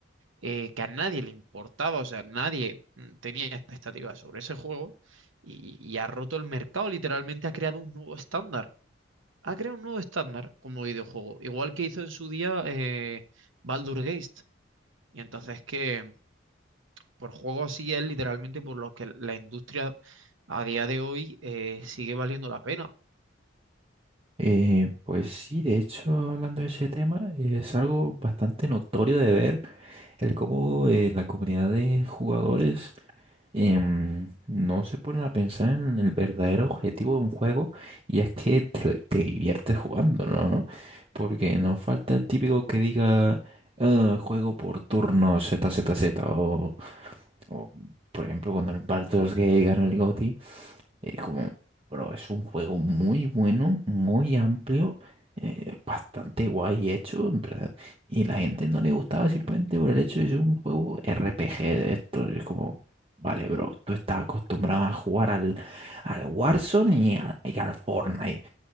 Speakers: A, on the right (about 80°); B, on the right (about 30°).
A: eh, que a nadie le importaba, o sea, nadie mm, tenía expectativas sobre ese juego y, y ha roto el mercado, literalmente ha creado un nuevo estándar. ha creado un nuevo estándar como videojuego, igual que hizo en su día eh, Baldur's Gate. Y entonces que por juego así es literalmente por lo que la industria a día de hoy eh, sigue valiendo la pena.
B: Eh, pues sí, de hecho, hablando de ese tema, es algo bastante notorio de ver el cómo eh, la comunidad de jugadores em, no se ponen a pensar en el verdadero objetivo de un juego y es que te, te diviertes jugando, ¿no? Porque no falta el típico que diga "Ah, juego por turno z Z Z", o, o por ejemplo cuando el Baldur's Gate ganó el GOTY es como, bro, es un juego muy bueno, muy amplio, eh, bastante guay hecho, en plan, y la gente no le gustaba simplemente por el hecho de ser un juego RPG de esto. Es como, vale, bro, tú estás acostumbrado a jugar al, al Warzone y, a- y al Fortnite.